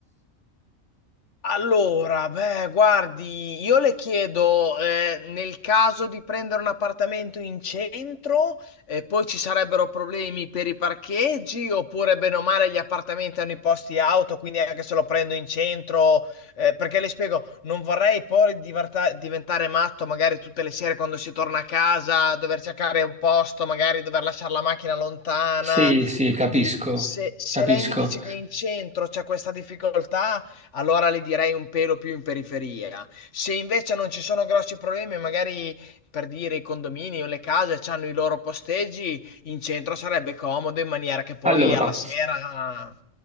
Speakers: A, on the left (about 60°); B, in the centre.
A: Allora, beh, guardi, io le chiedo, eh, nel caso di prendere un appartamento in centro, eh, poi ci sarebbero problemi per i parcheggi, oppure bene o male gli appartamenti hanno i posti auto, quindi anche se lo prendo in centro, eh, perché le spiego, non vorrei poi divarta- diventare matto magari tutte le sere quando si torna a casa, dover cercare un posto, magari dover lasciare la macchina lontana.
B: Sì, sì, capisco,
A: Quindi se, se
B: capisco.
A: lei mi dice che in centro c'è questa difficoltà, allora li direi un pelo più in periferia. Se invece non ci sono grossi problemi, magari per dire i condomini o le case hanno i loro posteggi, in centro sarebbe comodo in maniera che poi
B: Allora,
A: alla sera